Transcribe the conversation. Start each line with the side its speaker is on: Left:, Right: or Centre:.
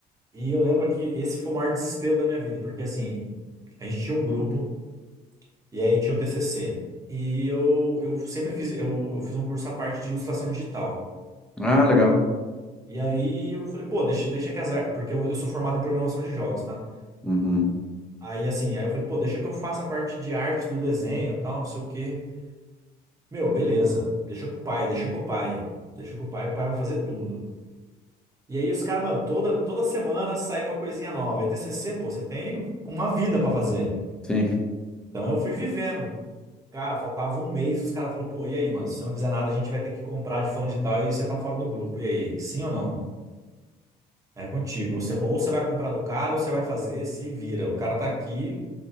Right: E eu lembro que esse foi o maior desespero da minha vida, porque assim, a gente tinha um grupo, e aí tinha o TCC. E eu, eu sempre fiz, eu, eu fiz um curso à parte de ilustração digital.
Centre: Ah,
Right: tá?
Centre: legal.
Right: E aí eu falei, pô, deixa, deixa que as artes. Porque eu, eu sou formado em programação de jogos, tá?
Centre: Uhum.
Right: Aí assim, aí eu falei, pô, deixa que eu faça a parte de arte do desenho e tal, não sei o quê. Meu, beleza. Deixa com o pai, deixa com o pai. Deixa com o pai, que o pai vai fazer tudo. E aí os caras, mano, toda, toda semana sai uma coisinha nova. E TCC, pô, você tem uma vida pra fazer.
Centre: Sim.
Right: Então eu fui vivendo. Cara, faltava um mês, os caras falaram, pô, e aí, mano, se você não fizer nada, a gente vai ter que comprar de fulano de tal e você tá fora do grupo. E aí, sim ou não? É contigo. Ou você, ou você vai comprar do cara, ou você vai fazer, se vira. O cara tá aqui,